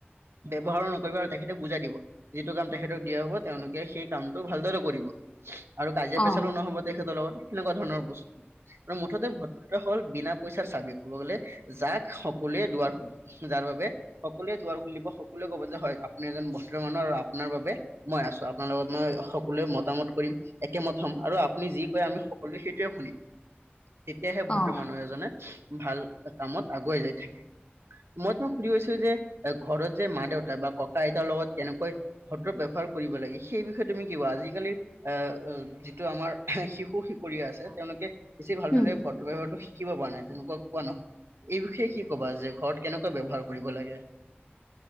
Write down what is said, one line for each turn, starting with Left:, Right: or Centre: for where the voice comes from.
Right: ব্যৱহাৰ নকৰিব আৰু তেখেতে বুজাই দিব। যিটো কাম তেখেতক দিয়া হব তেওঁলোকে সেই কামটো ভালদৰে কৰিব আৰু কাজিয়া
Left: অ',
Right: পেচালো নহব তেখেতৰ লগত সেনেকুৱা ধৰণৰ বস্তু আৰু মুঠতে ভদ্ৰতা হল বিনা পইচাৰ চাবি কব গ'লে যাক সকলোৱে দুৱাৰ খোলে যাৰ বাবে সকলোৱে দুৱাৰ খুলিব সকলোৱে কব যে হয় আপুনি এজন ভদ্ৰ মানুহ আৰু আপোনাৰ বাবে মই আছো আপোনাৰ লগত মই সকলোৱে মতামত কৰিম একেমত হম আৰু আপুনি যি কয় আমি সকলোৱে সেইটোৱে শুনিম। তেতিয়াহে
Left: অ',
Right: ভৰ্দ্ৰ মানুহ এজনে ভাল কামত আগুৱাই যাই থাকে। মই তোমাক সুধিব বিচাৰিছোঁ যে ঘৰত যে মা দেউতা বা ককা আইতাৰ লগত কেনেকৈ ভদ্ৰ ব্যৱহাৰ কৰিব লাগে সেই বিষ বিষয়ে তুমি কি কোৱা আজিকালি আহ যিটো আমাৰ শিশু শিশুৰীয়া আছে তেওঁলোকে বেছি ভালদৰে
Left: উম,
Right: ভ ভদ্ৰতা শিকিব পৰা নাই তেনেকুৱা কোৱা নহয় এই বিষয়ে কি কবা যে ঘৰত কেনেকুৱা ব্যৱহাৰ কৰিব লাগে।